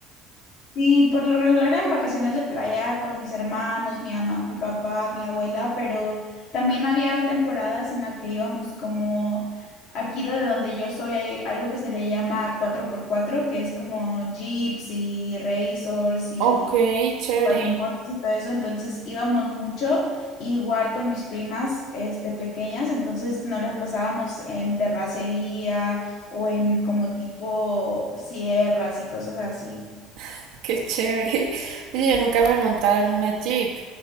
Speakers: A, on the left; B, on the right.
A: Sí, por lo regular en vacaciones de playa con mis hermanos, mi mamá, mi papá, mi abuela, pero también había temporadas en las que íbamos como aquí de donde yo soy hay algo que se le llama cuatro por cuatro que es como jeeps y racers y
B: Ok, chévere,
A: cuatrimotos y todo eso, entonces íbamos mucho, igual con mis primas este, pequeñas, entonces nos las pasábamos en terracería o en como tipo sierras y cosas así.
B: <laughs> qué chévere. Oye, yo nunca me he montado en una Jeep.